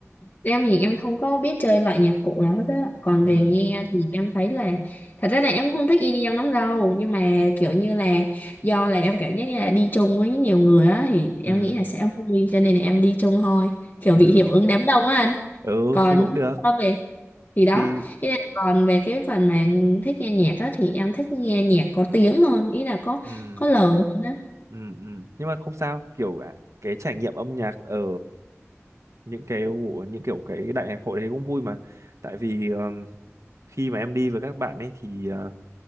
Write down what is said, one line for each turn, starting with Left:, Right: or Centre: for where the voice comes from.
Left: em thì em không có biết chơi loại nhạc cụ nào hết á. Còn
Right: ừ
Left: về nghe thì em thấy là thật ra là em cũng không thích i đi EDM lắm đâu, nhưng mà kiểu như là do là em cảm giác như là đi chung với nhiều người á thì
Right: ừ
Left: em nghĩ là sẽ vui cho nên là em đi chung thôi, kiểu
Right: ừ
Left: bị hiệu ứng đám đông á anh.
Right: ừ
Left: Còn
Right: thì cũng được
Left: so về thì đó,
Right: thì
Left: ý là còn về cái phần mà thích nghe nhạc á thì em thích nghe nhạc có tiếng hơn, ý là có
Right: ừ
Left: có lời hơn á.
Right: ừ ừ nhưng mà không sao kiểu ạ, cái trải nghiệm âm nhạc ở những cái vụ- những kiểu cái đại nhạc hội đấy cũng vui mà tại vì ờ, khi mà em đi với các bạn ấy thì ờ,